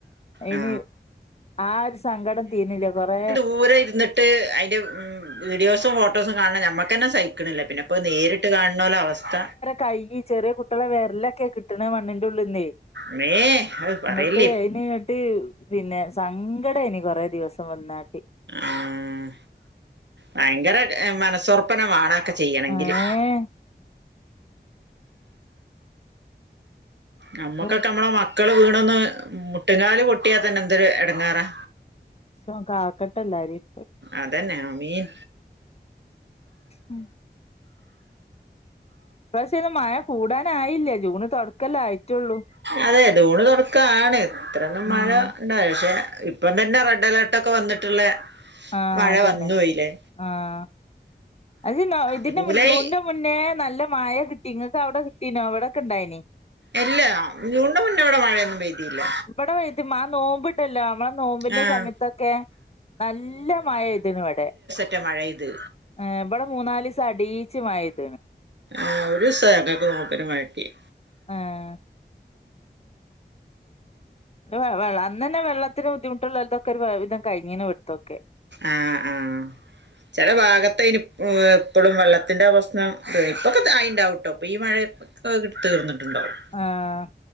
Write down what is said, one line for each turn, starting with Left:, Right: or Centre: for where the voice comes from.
Left: അയ്ന്
Right: ആ
Left: ആ ഒരു സങ്കടം തീര്ന്നില്ലാ കൊറേ
Right: പോരേ ഇര്ന്ന് ട്ട് അയ്ന്റെ ഉം വീഡിയോസും ഫോട്ടോസും കാണ്ന്ന നമ്മക്കന്നെ സഹി ക്ക്ണ്ല്ല പിന്നെ ഇപ്പ നേരിട്ട് കാണ്ന്നോലെ അവസ്ഥ
Left: കയ്യ് ചെറിയ കുട്ട്യേള വെരലൊക്കെ കിട്ട്ണ മണ്ണിന്റെ ഉള്ള്ന്നേ
Right: മ്മേ അത് പറയല്ലേ
Left: ഇന്നെട്ട് അയ്ന് ഇങ്ങെട്ട് പിന്നെ സങ്കടേനി കൊറെ ദിവസം വെന്നാണ്ട്
Right: ആഹ് ഭയങ്കര ഏ മനസ്സോറപ്പന്നെ വാണം അതൊക്കെ ചെയ്യണങ്കില്
Left: ഏഹ്
Right: നമ്മക്കൊക്കെ
Left: ഓഹ്
Right: നമ്മളെ മക്കള് വീണൊന്ന് മുട്ട്ക്കാല് പൊട്ടിയാ തന്നെ എന്തൊര് എടങ്ങേറാ
Left: ച്ചോൻ കാക്കട്ടെ എല്ലാരിം
Right: അതന്നെ ആമീൻ
Left: ഉം ഇപ്രാവശ്യം അയ്ന് മഴ കൂടാനായില്ല ജൂണ് തൊട ക്കല്ലേ ആയിട്ടോള്ളൂ
Right: അതെ ജൂണ് തൊടക്കാണ് ഇത്രന്നും
Left: ഉം
Right: മഴ ഉണ്ടാവില്ല പക്ഷെ ഇപ്പം തന്നെ റെഡ് അലേട്ടൊക്കെ വന്ന്ട്ട്ള്ളെ
Left: ആഹ്
Right: മഴ
Left: അതന്നെ
Right: വന്ന് പോയില്ലേ
Left: ആഹ് അത് <unintelligible> ഇതിന്റെ
Right: ജൂലൈ
Left: മുൻ ജൂണ്ന്റെ മുന്നേ നല്ല മഴ കിട്ടി ഇങ്ങക്ക് അവിടെ കിട്ടീനോ ഇവിടെക്കെ ഇണ്ടായ്നി
Right: ഇല്ല ജൂണ്ന് മുന്നേ ഇവിടെ മഴയൊന്നും പെയ്തില്ല
Left: ഇവടെ പെയ്ത് മ്മാ ആ നോമ്പ് ഇപ്പ ഇല്ല നമ്മളെ നോമ്പിന്റെ
Right: ആഹ്
Left: സമയത്തൊക്കെ നല്ല മഴയ്ത്ണ് ഇവടെ
Right: ല്ല മഴയ്ത്
Left: ഏഹ് ഇവടെ മൂന്നാലീസം അടീച്ച് മഴ പെയ്ത്ണ്
Right: ആഹ് ഒരു ദിവസാ ഞങ്ങക്ക് നോമ്പിന് മഴ കിട്ടിയേ
Left: ഏഹ് വെ വെ വെള്ള അന്നന്നെ വെള്ളത്തിന് ബുദ്ധിമുട്ട് ഇള്ളോല്തൊക്കെ ഒരു വെ വിധം കഴിഞ്ഞ്ണ് ഇവിട്ത്തൊക്കെ
Right: ആഹ് ആഹ് ചെല ഭാഗത്ത് അയ്ന് ഇ ഇപ്പളും വെള്ളത്തിന്റെ പ്രശ്നം ഇപ്പൊക്കെ ആയിണ്ടാവൂട്ടോ ഇപ്പ ഈ മഴത്ത് ഇപ്പത് കി തീർന്ന്ട്ട്ണ്ടാവും
Left: ആഹ്